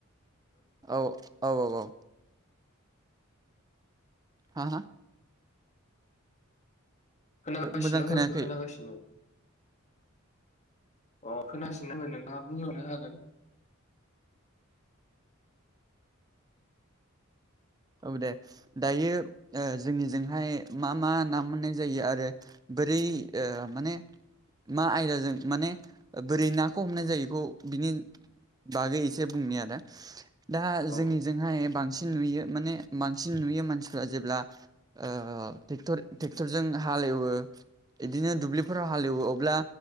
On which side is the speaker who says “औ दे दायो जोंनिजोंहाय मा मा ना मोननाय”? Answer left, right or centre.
Right